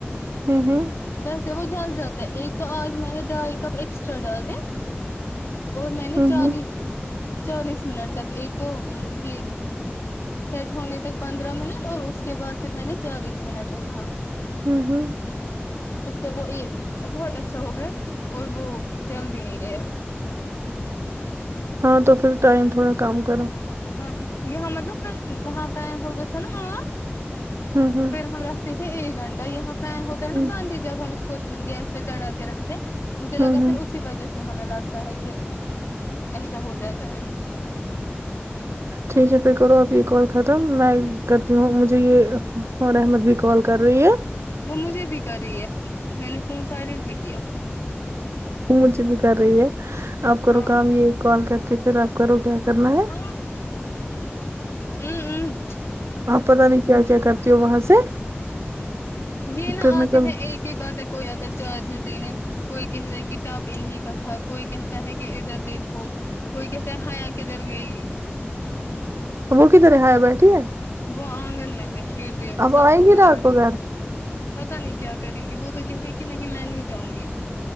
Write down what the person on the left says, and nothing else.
ویسے وہ جل جاتا ہے ایک تو آج میں نے ڈھائی کپ ایکسٹرا ڈالے اور میں نے
چالیس
چالیس منٹ تک ایک تو یہ سیٹ ہونے تک پندرہ منٹ اور اس کے بعد پھر میں نے چالیس منٹ رکھا
اس سے وہ بہت اچھا ہو گیا اور وہ جل بھی نہیں گیا
ہاں یہاں مطلب فین وہاں فین ہوتا تھا نا آ
پھر ره تھے ایک گھنٹہ یہاں پین ہوتا ہے نا
باند ہی جب ہم اس کو گیس پہ چڑھا کے رکھتے ہیں مجھے لگا
پھر اسی وجہ سے ہمیں لگتا ہے کہ ایسا ہو جاتا ہے
وہ مجھے بھی کر رہی ہے میں نے فون سائلینٹ پہ کیا
ہاں
ا امم امم
یہ نا
آتے
ہیں ایک ایک آتا کوئی آتا چارجر لینے کوئی کہتا ہے کہ ٹاپ انہیں کا تھا کوئی کہتا ہے کہ ادھر دیکھو کوئی کہتے ہیں حیا کدھر گئی
وہ آنگن میں ہے کھیل رہی وہ
سب
کو
بلا
رہی
پتا نہیں کیا کرے گی وہ تو کہہ رہی کہ نہیں میں نہیں جاؤں گی